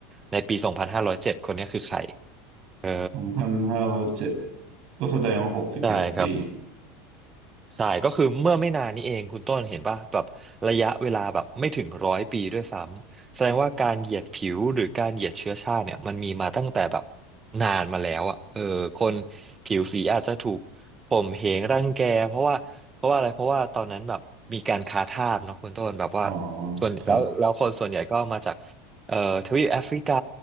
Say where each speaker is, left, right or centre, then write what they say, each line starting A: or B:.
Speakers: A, on the right; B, on the right.
A: ในปี 2507 คนเนี้ยคือใครเออ
B: สองพันห้าร้อยเจ็ดก็แสดงว่าหกสิบเอ็ดปี
A: ใช่ครับ ใช่ก็คือเมื่อไม่นานนี้เองคุณต้นเห็นป่ะแบบระยะเวลาแบบไม่ถึงร้อยปีด้วยซ้ำแสดงว่าการเหยียดผิวหรือการเหยียดเชื้อชาติเนี่ยมันมีมาตั้งแต่แบบนานมาแล้วอ่ะเออคนผิวสีอาจจะถูกข่มเหงรังแกเพราะว่าเพราะว่าอะไรเพราะว่าตอนนั้นแบบมีการค้าทาสเนาะคุณต้นแบบว่า
B: อ๋อ
A: ส่วนแล้วแล้วคนส่วนใหญ่ก็มาจาก
B: ครับ
A: เอ่อทวีปแอฟริกา